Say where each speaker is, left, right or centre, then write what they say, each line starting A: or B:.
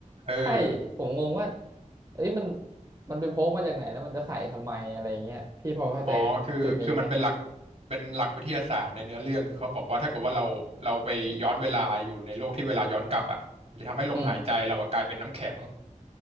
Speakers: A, on the right (about 55°); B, on the right (about 30°).
A: เออ
B: ใช่ผมงงว่าเอ้ยมันมันไปพกมาจากไหนแล้วมันจะใส่ทำไมอะไรเงี้ยพี่พอเข้าใจ
A: อ๋อคือคือมันเป็นหลัก
B: จุดนี้ไหม
A: เป็นหลักวิทยาศาสตร์ในเนื้อเรื่องคือเขาบอกว่าถ้าเกิดว่าเราเราไปย้อนเวลาอยู่ในโลกที่เวลาย้อนกลับอ่ะมันจะทำให้ลมหายใจเราอะกลายเป็นน้ำแข็ง
B: อืม